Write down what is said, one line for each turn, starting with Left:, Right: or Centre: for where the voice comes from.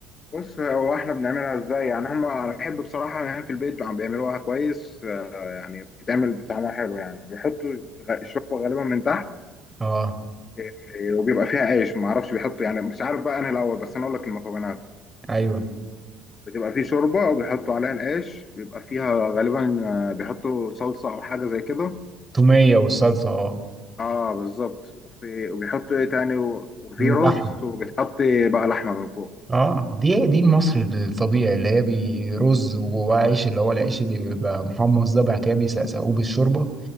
Left: بص هو احنا بنعملها ازاي يعني هم انا بحب بصراحه ان هي في البيت عم بيعملوها كويس آه، يعني بتتعمل بطعمها حلو يعني بيحطوا غ- الشوربه غالبا من تحت
Right: اه
Left: آه، وبيبقى فيها عيش ما اعرفش بيحطوا يعني مش عارف بقى انا الاول بس انا اقول لك المكونات
Right: ايوه
Left: بتبقى فيه شوربه وبيحطوا عليها العيش بيبقى فيها غالبا آه، بيحطوا صلصه او حاجه زي كده
Right: توميه والصلصه اه
Left: اه بالظبط وفي وبيحطوا ايه تاني و- وفي
Right: اللحم
Left: رز وبتحط بقى لحمه من فوق
Right: اه دي دي المصري الطبيعي اللي هي برز وجواه عيش اللي هو العيش اللي بيبقى محمص ده بعد كده بيسقسقوه بالشوربه